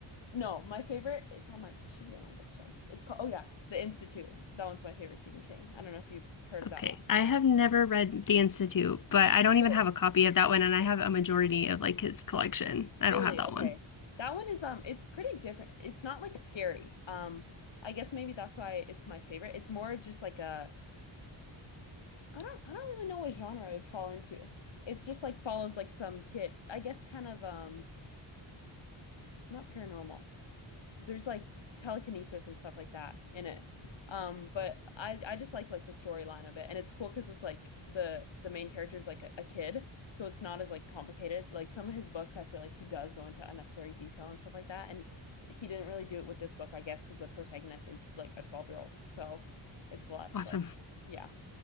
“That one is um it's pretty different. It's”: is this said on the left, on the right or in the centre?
Left